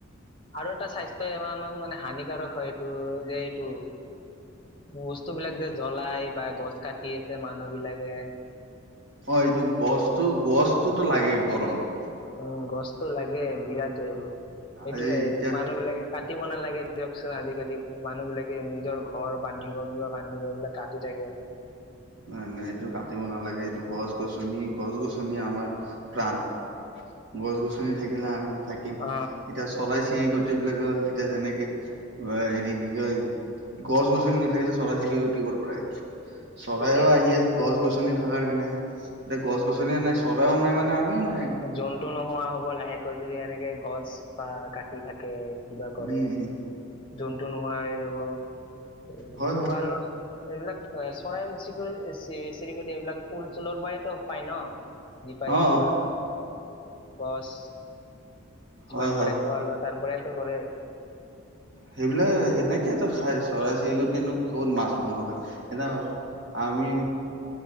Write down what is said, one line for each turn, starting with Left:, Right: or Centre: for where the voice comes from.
Left: আৰু এটা স্বাস্থ্যই আমাক মানে হানিকাৰক হয় এইটো যে এইটো বস্তুবিলাক যে জ্বলাই বা গছ কাটি আছে মানুহ বিলাকে
Right: অ' এইটো গছতো গছতোতো লাগে গৰমত।
Left: উম, গছতো লাগে বিৰাটে সেইটোয়ে
Right: আজি এতিয়া
Left: মানুহ বিলাকে। কাটিব নালাগে দিয়কচোন। আজিকালি মানুহব বিলাকে নিজৰ ঘৰ বান্ধিব কিবা বান্ধিব এইবিলাক কাটি থাকে। সেইয়া
Right: নাই। নাই। এইটো কাটিব নালাগে, এইটো গছ গছনি গছ গছনি আমাৰ প্ৰাণ। গছ গছনি থাকিলে আমি থাকিম।
Left: অ
Right: এতিয়া চৰাই চিৰিকটি বিলাকৰ এতিয়া যেনেকে অ' হেৰি কি কয় গছ গছনি নাথাকিলে চৰাই চিৰিকটি কৰ পৰা আহিব। চৰাইও
Left: ঠিকে
Right: আহি আছে, গছ গছনি থাককাৰ কাৰণে, এতিয়া গছ গছনিয়ো নাই চৰাইও নাই মানে। আমিও নাই
Left: জন্তু নোহোৱা হ'ব লাহেকৈ যদি এনেকে গছ বা কাটি থাকে। কিবা কৰে
Right: উম উম
Left: জন্ত নোহোৱা হৈ যাব। উ
Right: হয়
Left: খোৱা
Right: হয়
Left: লোৱা এইবিলাক চৰাই চিৰিকটি চেৰি চিৰিকটি এইবিলাক ফুল চুলৰ পৰাতো পায় ন যি পায়
Right: অ
Left: ফুল
Right: অ
Left: গচ যিমান
Right: হয় হয়
Left: পাৰে খোৱা
Right: হয়
Left: লোৱা তাৰপৰাই কৰে
Right: সেইবিলাক সেনেকেটো খাই চৰাই চিৰিকতিনো ক'ত মাছ, মাংস খায়। এ ন আমি